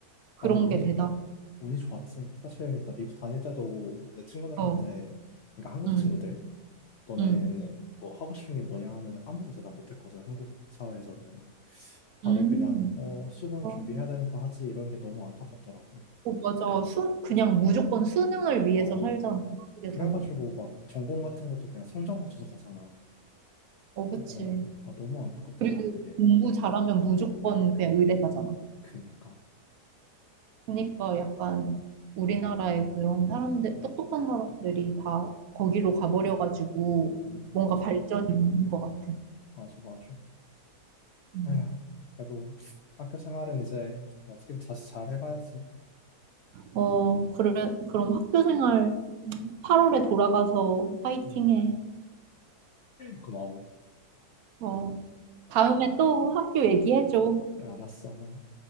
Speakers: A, on the right; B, on the left.
A: 그런
B: 나는 운이
A: 게 대단.
B: 운이 좋았지. 사실 나 미국 다닐 때도 내 친구들한테,
A: 어,
B: 그러니까 한국
A: 음,
B: 친구들, 너네는
A: 음,
B: 뭐 하고 싶은 게 뭐냐 하면 아무도 대답 못했거든. 한국 사회에서는 다들
A: 음.
B: 그냥 어 수능
A: 어,
B: 준비해야 되니까 하지 이런 게 너무 안타깝더라고.
A: 어, 맞아. 수, 그냥 무조건 수능을 위해서
B: 어
A: 살잖아, 한국에서는.
B: 그래가지고 막 전공 같은 것도 그냥 성적 맞춰서 가잖아.
A: 어, 그치.
B: 어, 어. 나 너무 안타깝더라고
A: 그리고
B: 그게.
A: 공부 잘하면 무조건 그냥 의대 가잖아.
B: 그니까.
A: 그러니까 약간 우리나라의 그런 사람들,
B: 음,
A: 똑똑한 사람들이 다 거기로 가버려가지고
B: 음,
A: 뭔가
B: 맞아,
A: 발전이 없는 것 같아.
B: 맞아, 맞아.
A: 음.
B: 에휴, 그래도 학교 생활은 이제 어떻게든 다시 잘 해봐야지.
A: 어, 그래, 그럼 학교 생활 8월에 돌아가서 화이팅해.
B: 음, 고마워.
A: 어, 다음에 또 학교 얘기해줘.
B: 알았어.